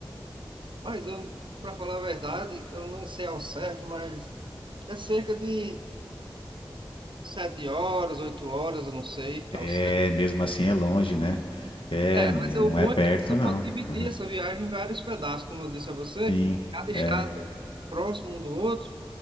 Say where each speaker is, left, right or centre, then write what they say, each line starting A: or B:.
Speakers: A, on the right; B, on the left.
A: Mas eu, para falar a verdade, eu não sei ao certo, mas é cerca de sete horas, oito horas, eu não sei ao certo.
B: É, mesmo assim é longe, né? É,
A: É,
B: não
A: mas é o bom
B: é perto,
A: é que você
B: não.
A: pode dividir
B: Aham.
A: essa viagem em vários pedaços, como eu disse a você,
B: Sim.
A: cada estado
B: É,
A: próximo um do outro,